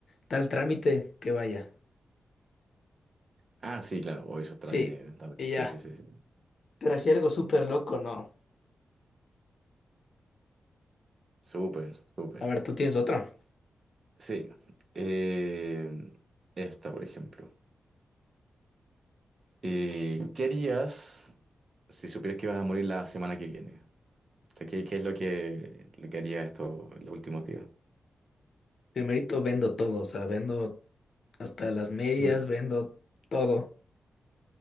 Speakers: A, on the left; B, on the right.
A: tal trámite, que vaya.
B: Ah, sí, claro, o esos trámites
A: Sí,
B: también.
A: y
B: Sí,
A: ya.
B: sí, sí, sí.
A: Pero así algo súper loco, no.
B: Súper, súper.
A: A ver, tú tienes otra.
B: Sí. Eh, esta, por ejemplo. Eh, ¿qué harías si supieras que vas a morir la semana que viene? O sea, ¿qué, qué es lo que, lo que harías esto en los últimos días?
A: Primerito vendo todo, o sea, vendo hasta las medias,
B: Claro.
A: vendo todo.